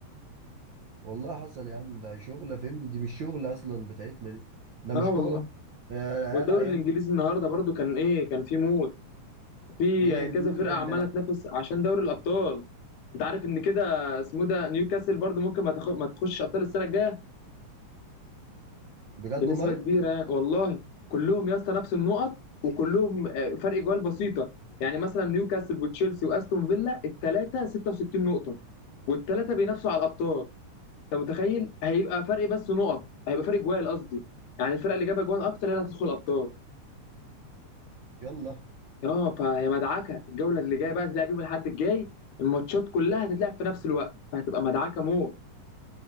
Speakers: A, on the right; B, on the left.
A: والله حصل يا عم ده شغلة فهمني دي مش شغلة أصلا بتاعتنا دي ده مش
B: اه
A: كورة
B: والله
A: آه، العيال
B: والدوري
A: عيانة
B: الانجليزي النهارده برضو كان ايه كان في موت في
A: ليه
B: كذا
A: مين
B: فرقه
A: اللي كان
B: عماله
A: بيلعب
B: تنافس عشان دوري الابطال انت عارف ان كده اسمه ده نيوكاسل برضو ممكن ما تاخد ما تخش ابطال السنه الجايه
A: بجد
B: بنسبة
A: والله
B: كبيرة يعني. والله كلهم يا اسطى نفس النقط وكلهم آه، فرق جوال بسيطة يعني مثلا نيوكاسل وتشيلسي واستون فيلا الثلاثة 66 نقطة والثلاثة بينافسوا على الأبطال أنت متخيل هيبقى فرق بس نقط هيبقى فرق جوال قصدي يعني الفرقة اللي جايبة جوال أكتر هي اللي هتدخل أبطال
A: يلا
B: اه فيا مدعكة الجولة اللي جاية بقى هتلعب يوم الأحد الجاي الماتشات كلها هتتلعب في نفس الوقت فهتبقى مدعكة مو